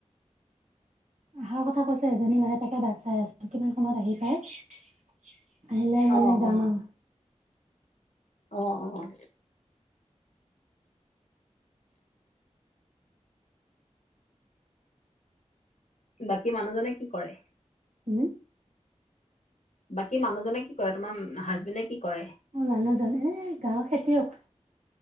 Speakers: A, on the right (about 75°); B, on the left (about 80°).
A: আহাৰ কথা কৈছে এজনী মানে, তাকে বাট চাই আছো কিমান সময়ত আহি পাই। আহিলে মানে
B: অ
A: যাম
B: অ
A: আৰু।
B: অ', অ',। বাকী মানুহজনে কি কৰে?
A: হুম?
B: বাকী মানুহজনে কি কৰে তোমাৰ হাজবেণ্ডে কি কৰে?
A: মোৰ মানুহজন এ গাঁওৰ খেতিয়ক,